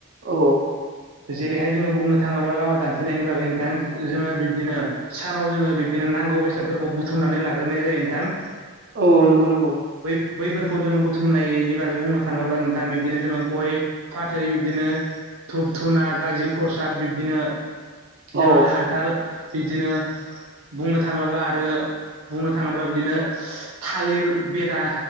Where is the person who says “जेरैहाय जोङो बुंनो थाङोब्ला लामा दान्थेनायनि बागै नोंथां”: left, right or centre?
Right